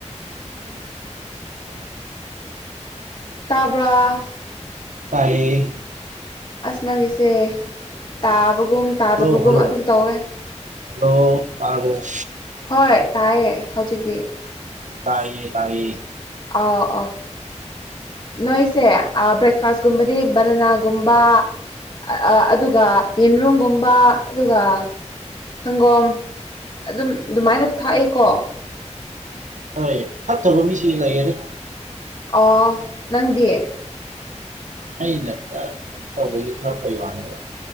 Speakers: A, on the right; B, on the left.
A: <inaudible>
B: ꯇꯥꯕ꯭ꯔꯥ꯫
A: ꯇꯥꯏꯌꯦ꯫
B: ꯑꯁ ꯅꯒꯤꯁꯦ ꯇꯥꯕꯒꯨꯝ ꯇꯥꯗꯕꯒꯨꯝ
A: ꯍꯜꯂꯣ ꯍꯜꯂꯣ
B: ꯑꯗꯨꯝ ꯇꯧꯋꯦ꯫
A: ꯍꯜꯂꯣ ꯇꯥꯔꯕꫭ꯫
B: ꯍꯣꯏ ꯇꯥꯏꯌꯦ ꯍꯧꯖꯤꯛꯇꯤ꯫
A: ꯑꯩꯖꯨ ꯇꯥꯌꯦ-ꯇꯥꯌꯦ꯫
B: ꯑꯥꯎ ꯑꫭ ꯅꯣꯏꯁꯦ ꯕ꯭ꯔꯦꯛꯐꯥꯁꯀꯨꯝꯕꯗꯤ
A: ꯑꯥꯎ
B: ꯕꯅꯅꯥ ꯒꯨꯝꯕꯥ ꯑ ꯑꯗꯨꯒ ꯌꯦꯟꯔꯨꯝꯒꯨꯝꯕ ꯑꯗꯨꯒ ꯁꯪꯒꯣꯝ ꯑꯗꯨꯝ ꯗꯨꯃꯥꯏꯅ ꯊꯥꯛꯏꯀꯣ꯫
A: ꯍꯣꯏ ꯐꯠꯇꯕ ꯃꯤꯁꯤꯡꯁꯨ ꯂꯩꯌꯦꯗ꯫
B: ꯑꯣ ꯅꯪꯗꯤ꯫
A: ꯑꯩꯅ ꯈꯔ ꯀꯩꯅꯣ ꯇꯧꯕꯒꯤ ꯊꯛꯄꯩ ꯋꯥꯅꯦꯕ꯫